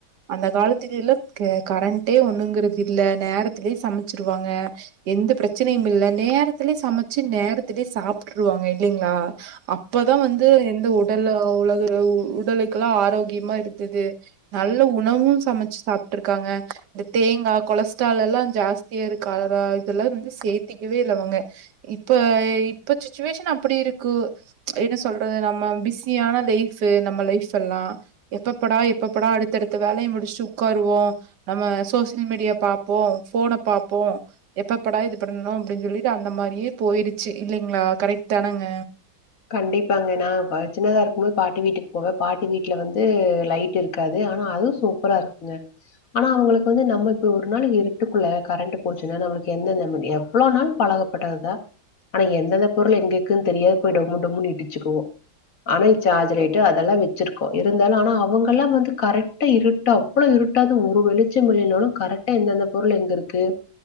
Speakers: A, on the right (about 60°); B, on the left (about 45°).
A: அந்த கால த்துக்குல்ல க கரண்டே ஒண்ணுங்கறக்கு இல்ல நேரத்லயே சமச்சிருவாங்க எந்த பிரச்சனயும்மில்ல நேரத்திலயே சமச்சு நேரத்திலயே சாப்ட்ருவாங்க இல்லைங்ளா அப்பதா வந்து எந்த உடல்ல உலகு உடலுக்கல்லா ஆரோக்கியமா இருந்தது நல்ல உணவும் சமச்சு சாப்ட்ருக்காங்க இந்த தேங்கா கொலஸ்ட்ரால்லல்லா ஜாஸ்தியாருக்காற இதெல்லா வந்து சேத்திக்கவே இல்ல அவங்க இப்ப இப்ப சிச்சுவேஷன் அப்டி இருக்கு என்ன சொல்றது நம்ம பிஸியான லைஃபு நம்ம லைஃபெல்லா எப்பப்படா எப்பப்படா அடுத்தடுத்த வேலய முடிச்சு உக்காருவோ நம்ம சோசியல் மீடியா பாப்போ ஃபோன பாப்போ எப்பப்படா இது பண்ணணு அப்டின் சொல்லிட்டு அந்த மாரியே போய்ருச்சு இல்லைங்ளா கரெக்ட் தானங்க
B: கண்டிப்பாங்க நா பா சின்னதா இருக்கும்போது பாட்டி வீட்டுக் போவே பாட்டி வீட்ல வந்து லைட் இரு க்காது ஆனா அதுவு சூப்பராக்குங்க ஆனா அவுங்களுக்கு வந்து நம்ம இப்ப ஒரு நாளு இருட்டுக்குள்ள கரண்ட்டு போச்சுன்னா நம்ளுக்கு என்னங்க முடியு இவ்ளோ நாள் பழகப்பட்டது தா ஆனா எந்தெந்த பொருள் எங்கெக்குன் தெரியா போய் டொம்மு டொம்முன் இடுச்சுக்குவோ ஆனா சார்ஜுலைட்டு அதல்லா வெச்சிருக்கோ இருந்தாலு ஆனா அவங்கல்லா வந்து கரெக்ட் அப்டே இருட்டா அவ்ளோ இருட்டாது ஒரு வெளிச்சமில்லினாலு கரெக்டா எந்தெந்த பொருள் எங்கெருக்கு